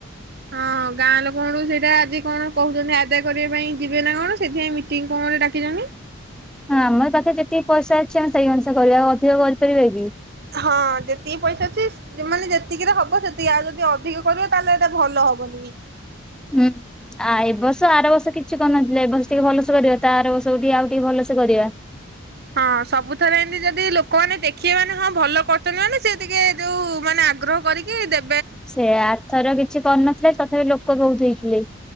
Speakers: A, on the right; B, in the centre.
A: ହଁ ଗାଁ ଲୋକଙ୍କ ଠୁ ସେଇଟା ଆଜି କଣ କହୁଛନ୍ତି ଆଦାୟ କରିବା ପାଇଁ ଯିବେ ନା କଣ ସେଥିପାଇଁ ମିଟିଂ କଣ ଡାକିଛନ୍ତି।
B: ହଁ ଆମର ପାଖରେ ଯେତିକି ପଇସା ଅଛି ଆମେ ସେଇ ଅନୁସାରେ କରିବା ଅଧିକ କରିପାରିବା କି?
A: ହଁ ଯେତିକି ପଇସା ଅଛି ମାନେ ଯେତିକିରେ ହବ ସେତିକି ଆଉ ଯଦି ଅଧିକ କରିବ ତାହେଲେ ଏଟା ଭଲ ହବନି।
B: ହୁଁ ଏ ବର୍ଷ ଆର ବର୍ଷ କିଛି କରନଥିଲେ ଏ ବର୍ଷ ଟିକେ ଭଲସେ କରିବା ତା ଆର ବର୍ଷ କୁ ଟିକେ ଆଉ ଟିକେ ଭଲସେ କରିବା।
A: ହଁ ସବୁଥରେ ଏମତି ଯଦି ଲୋକମାନେ ଦେଖିବେ ମାନେ ହଁ ଭଲ କରୁଛନ୍ତି ମାନେ ସେ ଟିକେ ଯୋଉ ମାନେ ଆଗ୍ରହ କରିକି ଦେ
B: ସେ ଆରଥର କିଛି କରିନଥିଲେ ତଥାପି ଲୋକ ପୋକ ଵହୁତ ହେଇଥିଲେ।